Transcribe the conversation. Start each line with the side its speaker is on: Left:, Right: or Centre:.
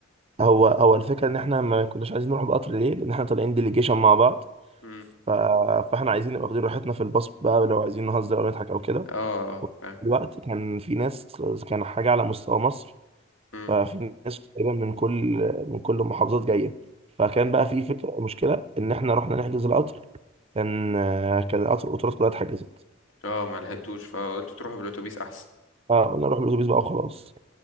Right: هو هو الفكره ان احنا ما كناش عايزين نروح بقطر ليه لان احنا طالعين ديليجيشن مع بعض
Left: امم
Right: ف... فاحنا عايزين نبقى واخدين راحتنا في الباص بقى لو عايزين نهزر او نضحك او كده
Left: اه آه، فاهم
Right: دلوقتي كان في ناس كان حاجه على مستوى مصر
Left: امم
Right: ففي ناس تقريبا من كل من كل المحافظات جايه فكان
Left: أمم.
Right: بقى في فكره مشكله ان احنا رحنا نحجز القطر كان كان القطر القطارات كلها اتحجزت
Left: اه ما لحقتوش فقلت تروحوا بالأتوبيس أحسن
Right: اه قلنا نروح بالاتوبيس بقى وخلاص